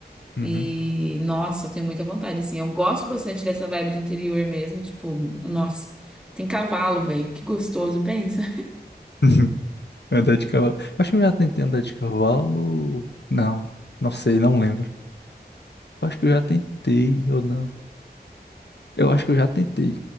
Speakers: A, on the left (about 85°); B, in the centre.
A: uhum.
B: E, nossa, eu tenho muita vontade, assim. Eu gosto bastante dessa vibe do interior mesmo, e, tipo, nossa, tem cavalo, velho. Que gostoso, pensa.
A: <laughs> Andar de cavalo. Acho que eu já tentei andar de cavalo. Não, não sei, não lembro. Acho que eu já tentei ou não. Eu acho que eu já tentei.